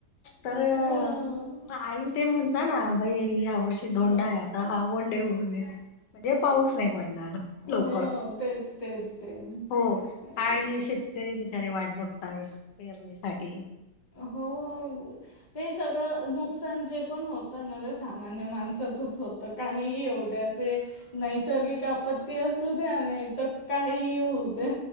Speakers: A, on the left (about 80°); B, on the left (about 30°).
A: तर
B: हो,
A: मग आईन ते म्हणत ना बाई या वर्ष. धोंडा
B: हो.
A: आहे आता हवंडे उडवेल म्हणजे पाऊस नाही पडणार
B: हो
A: लवकर
B: तेच तेच तेच
A: हो,
B: अं,
A: आणि शेतकरी बिचारे वाट बघताय, पेरणीसाठी.
B: हो ते सगळं नुक नुकसान जे पण होतं ना, ते सामान्य माणसाचच होतं, काहीही होऊ द्या. ते नैसर्गिक आपत्ती असू द्या, नाही तर काही होऊ द्या.